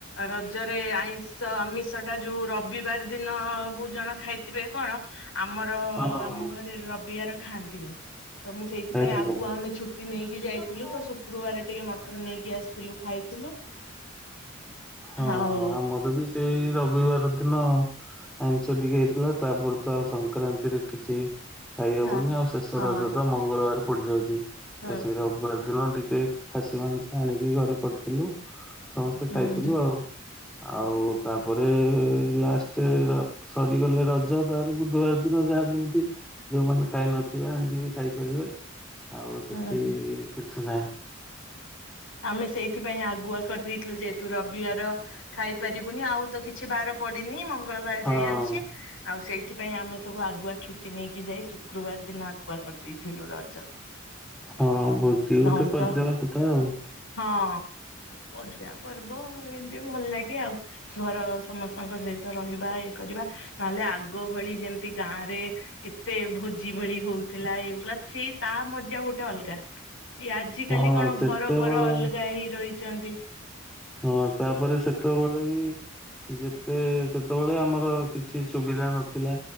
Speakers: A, on the left; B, in the centre.
A: ରଜରେ ଆଇଷ ଆମିଷ ଟା ଯୋଉ ରବିବାର ଦିନ ବହୁ ଜଣ ଖାଇଥିବେ କଣ? ଆମର
B: ହଁ
A: ଆମ
B: ହଁ।
A: ଘରେ ରବିିବାର ଖାଆନ୍ତିନି। ତ ମୁଁ ସେଇଥିପାଇଁ
B: ହଁ, ହଁ।
A: ଆଗୁଆ ଆମେ ଛୁଟି ନେଇକି ଯାଇଥିଲୁ
B: ହଁ
A: ତ ଶୁକ୍ରବାରେ ଟିକେ ମ ତ ନେଇକି ଆସିଥିଲୁ ଖାଇଥିଲୁ।
B: ହଁ
A: ଆଉ
B: ଆମର ବି ସେଇ ରବିବାର ଦିନ ଆଇଁଷ ଟିକେ ହେଇଥିଲା ତାପରେ ତ ଆଉ ସଂକ୍ରାନ୍ତିରେ କିଛି ଖାଇହବନି
A: ନା
B: ଆଉ ଶେଷ
A: ହଁ।
B: ରଜ ତ ମଙ୍ଗଳବାର ପଡିଯାଉଛି
A: ହୁଁ
B: ତ ସେଇ ରବିବାର ଦିନ ଟିକେ ଟିକେ ଖାସିୀ ମାଂସ ଆଣିକି ଘରେ କରିଥିଲୁ ସମସ୍ତେ
A: ହୁଁ
B: ଖାଇଥିଲୁ ଆଉ। ଆଉ ତାପରେ ଲାଷ୍ଟ ରେ ସରିଗଲେ ରଜ ତାପରେ ବୁଧବାର ଦିନ ଯାହା ଯେମିତି ଯୋଉମାନେ ଖାଇ ନଥିବେ ଆଣିକି ବି ଖାଇପାରିବେ। ଆଉ ସେଠି
A: ହୁଁ ହଁ
B: କିଛି ନାହିଁ।
A: ଆମେ ସେଇଥିପାଇଁ ଆଗୁଆ କରିଦେଇଥିଲୁ ଯେହେତୁ ରବିବାର ଖାଇପାରିବୁନି ଆଉ ତ କି କିଛି ବାର ପଡ଼ିନି ମ ମଙ୍ଗଳବାର
B: ହଁ
A: ଜାଏ ଅଛି ଆଉ ସେଇ ସେଥିପାଇଁ ଆମେ ସବୁ ଆଗୁଆ ଛୁଟି ନେଇକି ଯାଇ ଶୁକ୍ରବାର ଦିନ ଆଗୁଆ କରିଦେଇଥିଲୁ ରଜ। ଅ
B: ହଁ ଭୋଜି ଗୋଟେ
A: ନହେଲେ ତ
B: କରିଦେବା କଥା ଆଉ।
A: ହଁ ପୂଜା ପର୍ବ ହେଲେ ଭଲ ଲାଗେ ଆଉ ଘର ସମସ୍ତଙ୍କ ସହିତ ରହିବା ଇଏ କରିବା ନହେଲେ ଆଗ ଭଳି ଯେମିତି ଗାଁରେ ଏତେ ଭୋଜି ଭଳି ହଉଥିଲା ଏ ପଲା ସେଇ ତା ମ ଯା ଗୋଟେ ଅଲଗା। ଏଇ ଆଜି
B: ହଁ
A: କାଲି କଣ
B: ସେତେବେଳେ
A: ଘର ଘର ଅଲଗା ହେଇ ରହି ଚନ୍ତିି
B: ହଁ ତାପରେ ସେତେବେଳେ ବି ଯେତେ ସେତେବେଳେ ଆମର କିଛି ସୁବିଧା ନଥିଲା